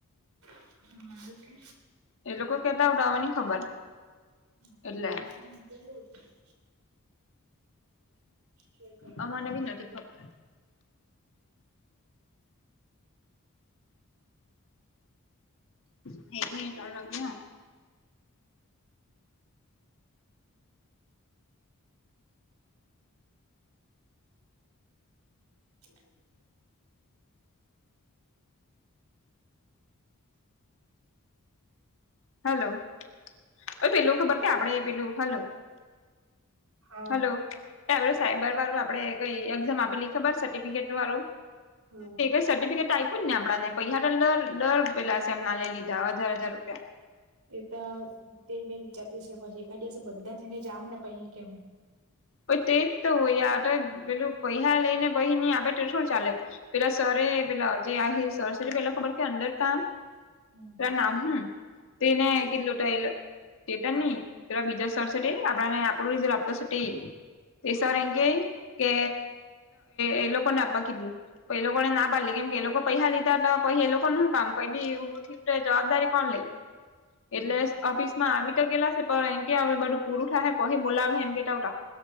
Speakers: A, on the right; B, on the left.
A: હા એવું કે.
B: એ લોકો કહેતા હુતા હવે નહી ખબર.
A: હા
B: એટલે
A: મે ગ્રુપમાં મૂકેલું કોઈ કરવામાં
B: અમને બી
A: કોને
B: નથી ખબર <unintelligible> ચાલુ રાખજે હા.
A: <unintelligible>
B: હલો. ઓય પેલું ખબર કે આપડે પેલું હલો
A: હા
B: હલો. તે આપડે સાયબર વાળું આપડે કઈ એક્ઝામ આપેલી ખબર સર્ટિફિકેટ વાળું
A: હા
B: <unintelligible> સર્ટિફિકેટ આપ્યું જ ને આપડા ને પર ડર ડર પેલા સેમ ના લઈ લીધા હજાર હજાર રૂપિયા.
A: એ તો તે મેં વિચારતી છે પછી એખા દિવસે બધા ને જાઉં ને પછી કે હું.
B: ઓય તેજ તો હોય આ તો પેલું પૈસા લઈને પાહિ ની આપે એવું થોડી ના ચાલે. પેલા સરે પેલા જે આહીર સર છે પેલા ખબર કે અંદર તાં.
A: હમ
B: પેલા નામ હું તને
A: ચેતન
B: કલું ટાઈલ તે તો ની પેલો બીજો સર છે તે આપણા ને આપણુ રિઝલ્ટ આપતો શે તે. તે સર એ કે કે એ લોકોને આપવા કધલું. તો એ લોકો ને ના પાડેલી કેમ કે એ લોકો પૈહા લીધા તો પહી એ લોકોનુ હું કામ કઈ બી એવુ તો ઠીક. જવાબદારી કોણ લે. એટલે
A: હા
B: ઓફિસમાં આવી તો ગેયલા છે પણ એમ કે હવે બધું પૂરું થા પહી બોલાવે એમ કેતા હુતા.